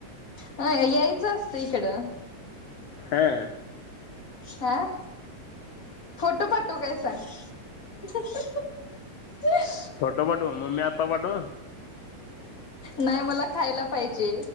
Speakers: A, on the left; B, on the left.
A: अ यायचं असत इकडं,
B: हा,
A: हं फोटू पटू काय सांग. <unintelligible>
B: फोटू पाटू मग मी आता पाठू,
A: नाही मला खायला पाहिजे.